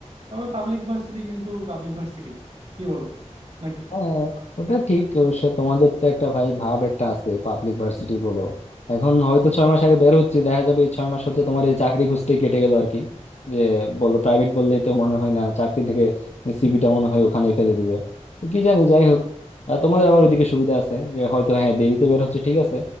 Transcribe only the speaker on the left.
হ্যাঁ ওটা ঠিক অবশ্য তোমাদের তো একটা ভাই ভাব একটা আছে পাবলিক ভার্সিটি বলো এখন হয়তো ছয় মাস আগে বের হচ্ছে দেখা যাবে এই ছয় মাস হচ্ছে তোমার এই চাকরি খুঁজতেই কেটে গেল আর কি যে বললো প্রাইভেট বললে তো মনে হয় না চাকরি থেকে সিভিটা মনে হয় ওখানেই ফেলে দিবে তো কি জানি যাই হোক আহ, তোমাদের আবার ওইদিকে সুবিধা আছে যে হয়তো হ্যাঁ দেরিতে বের হচ্ছে ঠিক আছে